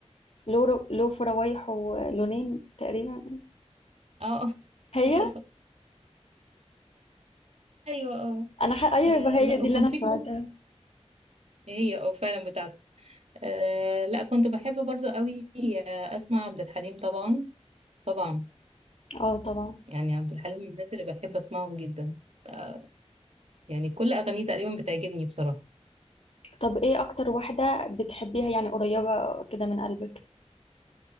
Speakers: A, on the left; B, on the right.
A: له رو- له فراويح ولونين تقريبا
B: اه
A: هي
B: <laughs> ايوه اه
A: انا ح... ايوه
B: آه
A: يبقى هي
B: لا
A: دي
B: وكنت
A: اللي انا
B: في
A: سمعتها
B: كمان هي اه فعلا بتاعته آه لا كنت بحب برضو قوي آه، اسمع عبد الحليم طبعا طبعا
A: اه طبعا
B: يعني عبد الحليم من الناس اللي بحب اسمعهم جدا آه يعني كل اغانيه تقريبا بتعجبني بصراحه
A: طب ايه اكتر واحده بتحبيها يعني قريبه كده من قلبك